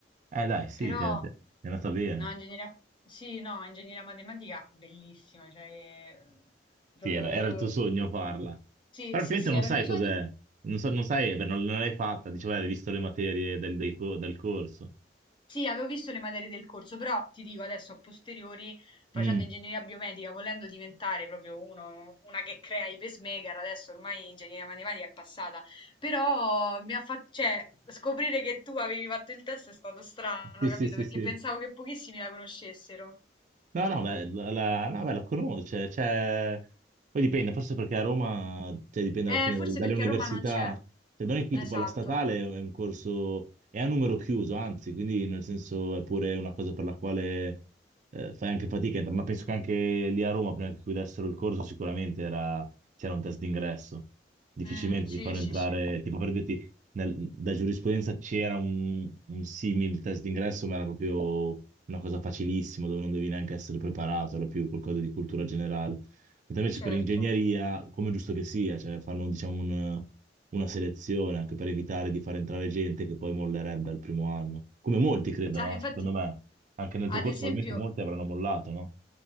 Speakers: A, on the right; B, on the left.
A: eh dai, sì,
B: Però,
A: ti è ti è andata bene.
B: no, ingegneria, sì, no, ingegneria matematica, bellissima, cioè, eh, proprio,
A: Sì, era, era il tuo sogno farla.
B: sì,
A: Però
B: sì,
A: praticamente
B: sì,
A: non
B: era
A: sai
B: il mio sogno.
A: cos'è. Non so- non sai, beh, non, non l'hai fatta. Dicevo, hai visto le materie del, dei co- del corso.
B: Sì, avevo visto le materie del corso, però ti dico adesso a posteriori, facendo
A: Mm.
B: ingegneria biomedica, volendo diventare proprio uno, una che crea i pacemaker, adesso ormai ingegneria matematica è passata, però mi ha fatto, cioè, scoprire che tu avevi fatto il test è stato strano,
A: Sì,
B: capito?
A: sì, sì,
B: Perché
A: sì.
B: pensavo che pochissimi la conoscessero.
A: No, no, beh, la, la- no, beh, la conosce, cioè, poi dipende, forse perché a Roma, cioè, dipende
B: Eh,
A: alla fine
B: forse
A: dal- dalle,
B: perché
A: università,
B: a Roma non c'è.
A: cioè, da noi qui
B: Esatto.
A: tipo alla statale è un corso, è a numero chiuso, anzi, quindi nel senso è pure una cosa per la quale eh, fai anche fatica, ma penso che anche lì a Roma, prima che chiudessero il corso, sicuramente era- c'era un test d'ingresso, difficilmente
B: Mm, sì,
A: ti fanno
B: sì,
A: entrare,
B: sì,
A: tipo per dirti, nel- da giurisprudenza c'era un, un simile test d'ingresso, ma era proprio una cosa facilissima dove non devi neanche essere preparato, era più qualcosa di cultura generale. Mentre invece
B: certo.
A: per ingegneria, come è giusto che sia, cioè fanno diciamo un- una selezione anche per evitare di far entrare gente che poi mollerebbe al primo anno. Come molti credono,
B: Sa- infatti,
A: no? Secondo me, anche nel tuo
B: ad
A: corso
B: esempio...
A: probabilmente molti avranno mollato, no?